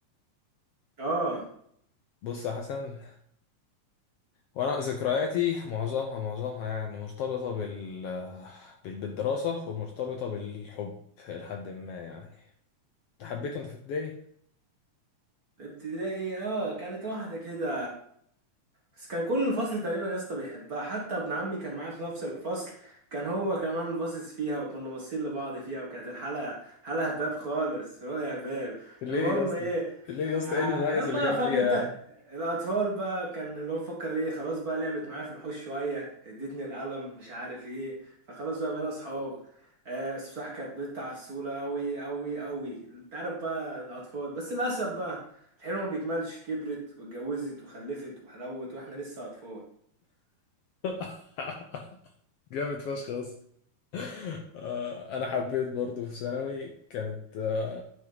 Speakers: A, on the right; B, on the left.
A: اه
B: بص يا حسن وانا ذكرياتي معظمها معظمها يعني مرتبطة بال... بال... بالدراسة ومرتبطة بالحب لحد ما يعني انت حبيته انت في ابتدائي
A: ابتدائي اه كانت واحدة كده بس كان كل الفصل تقريبا يا اسطى بيحبها حتى ابن عمي كان معايا في نفس الفصل كان هو كمان باصص فيها وكنا باصين لبعض فيها وكانت الحلقة حلقة هباب خالص رؤيا هباب
B: ليه
A: المهم
B: يا اسطى
A: ايه
B: ليه يا اسطى
A: ع-
B: ايه المميز
A: بقى
B: اللي كان
A: فاهم
B: فيها
A: انت
B: يعني
A: الاطفال بقى كان اللي هو مفكر ايه خلاص بقى لعبت معايا في الحوش شوية ادتني القلم مش عارف ايه فخلاص بقى بقينا اصحاب آه بس بصراحة كانت بنت عسولة أوي أوي أوي أنت عارف بقى الأطفال بس للأسف بقى الحلو ما بيكملش كبرت واتجوزت وخلفت وحلوت واحنا لسه اطفال
B: <laughs> جامد فشخ يا اسطى <laughs> آه، انا حبيت برضو في ثانوي كانت آه،